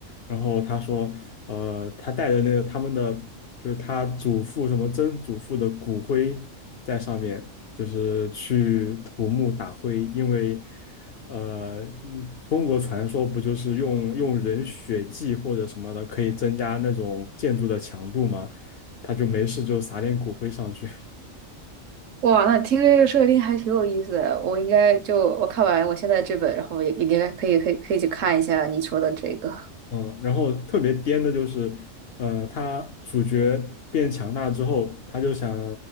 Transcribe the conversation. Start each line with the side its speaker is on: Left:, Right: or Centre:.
Left: 然后他说，呃，他带的那个他们的，就是他祖父什么曾祖父的骨灰在上面，就是去土木打灰，因为。呃，嗯中国传说不就是用用人血祭或者什么的，可以增加那种建筑的强度吗？他就没事就撒点骨灰上去，
Right: 哇，那听这个设定还挺有意思的。我应该就我看完我现在这本，然后也也应该可以可以可以去看一下你说的这个。
Left: 嗯，然后特别颠的就是，呃，他主角变强大之后，他就想，